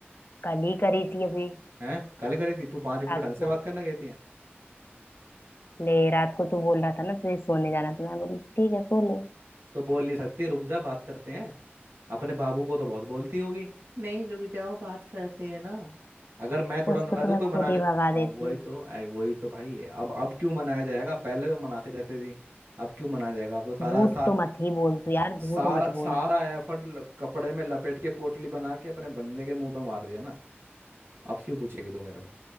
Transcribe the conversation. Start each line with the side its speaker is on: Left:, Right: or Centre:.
Left: कल ही करी थी अभी
Right: हैं कल करी थी तू पाँच मिनट
Left: रात
Right: को ढंग से
Left: को
Right: बात करना कहती है
Left: ले रात को तू बोल रहा था ना तुझे सोने जाना तो मैं बोली ठीक है सो ले
Right: तो बोल नहीं सकती रुक जा बात करते हैं अपने बाबू को तो बहुत बोलती होगी नहीं रुक जाओ बात करते हैं ना अगर मैं थोड़ा
Left: उसको
Right: नाराज
Left: तो
Right: हूं
Left: मैं
Right: कोई
Left: खुद
Right: मनाने
Left: ही भगा
Right: आ,
Left: देती
Right: वही
Left: हूँ
Right: तो आ, वही तो भाई है अब अब क्यों मनाया जाएगा पहले तो मनाते रहते थे अब क्यों मनाया जाएगा अब तो सारा
Left: झूठ
Right: सा,
Left: तो मत ही बोल तू यार झूठ
Right: सारा
Left: मत
Right: सारा
Left: बोल
Right: एफर्ट कपड़े में लपेट के पोटली बना के अपने बंदे के मुंह पे मार दिया ना अब क्यों पूछेगी तू मेरे को